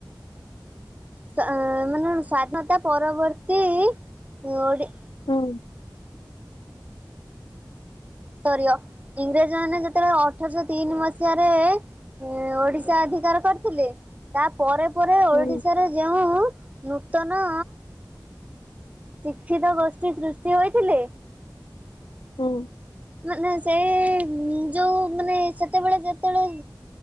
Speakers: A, on the right (about 20°); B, on the left (about 85°).
A: ଶ୍ୱା ମାନେ ସ୍ୱାଧୀନତା ପରବର୍ତ୍ତୀ ଓଡି
B: ହୁଁ।
A: ସରି ଅ ଇଂରେଜ ମାନେ ଯେତେବେଳେ ଅଠରଶହ ତିନି ମସିହାରେ ଏ ଓଡିଶା ଅଧିକାର କରିଥିଲେ ତା ପରେ ପରେ
B: ହୁଁ
A: ଓଡିଶାରେ ଯେଉଁ ନୂତନ ଶିକ୍ଷିତ ଗୋଷ୍ଠୀ ସୃଷ୍ଟି ହୋଇଥିଲେ।
B: ହୁଁ।
A: ମାନେ ସେ ଯୋଉ ମାନେ ସେତେବେଳେ ଯେତେବେଳେ